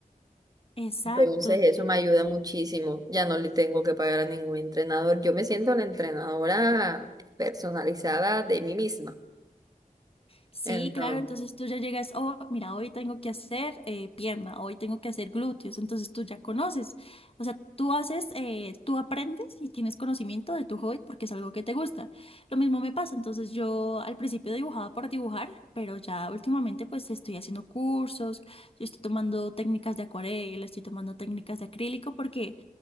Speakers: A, on the left (about 40°); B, on the right (about 25°).
A: exacto.
B: Entonces eso me ayuda muchísimo. Ya no le tengo que pagar a ningún entrenador. Yo me siento la entrenadora personalizada de mí misma.
A: Sí,
B: Entonces.
A: claro, entonces tú ya llegas, oh, mira, hoy tengo que hacer eh, pierna, hoy tengo que hacer glúteos, entonces tú ya conoces, o sea, tú haces, eh, tú aprendes y tienes conocimiento de tu hobby porque es algo que te gusta. Lo mismo me pasa, entonces yo al principio dibujaba por dibujar, pero ya últimamente pues estoy haciendo cursos, yo estoy tomando técnicas de acuarela, estoy tomando técnicas de acrílico porque